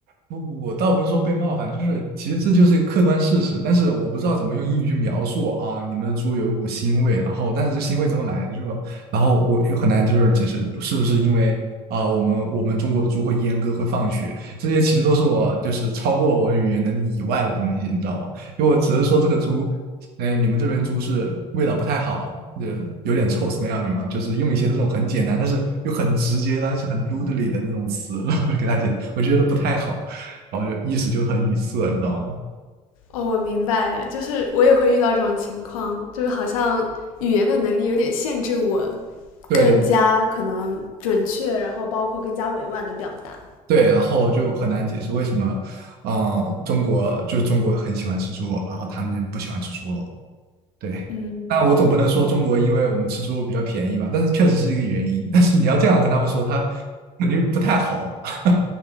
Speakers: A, on the right; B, on the left.
A: 不不不，倒不是说被冒犯，就是其实这就是一个客观事实，但是我不知道怎么用英语去描述啊。你们的猪有一股腥味，然后但是这腥味怎么来的？就然后我又很难就是解释是不是因为啊，我们我们中国的猪会阉割会放血，这些其实都是我就是超过我语言能力以外的东西，你知道吗？因为我只是说这个猪，哎，你们这边猪是味道不太好，呃，有点臭 smelly 嘛，就是用一些这种很简单但是又很直接但是很 rudely 的那种词，然后我就给他解释，我觉得不太好。然后就意思就很语塞，你知道吗？
B: 哦，我明白，就是我也会遇到这种情况，就是好像语言的能力有点限制我，
A: 对对
B: 更加可能准确，然后包括更加委婉的表达。
A: 对，然后就很难解释为什么，嗯，中国就是中国很喜欢吃猪肉，然后他们那边不喜欢吃猪肉。对，
B: 嗯，
A: 但我总不能说中国因为我们吃猪肉比较便宜吧，但是确实是一个原因。但是你要这样跟他们说，他肯定不太好吧？<laughs>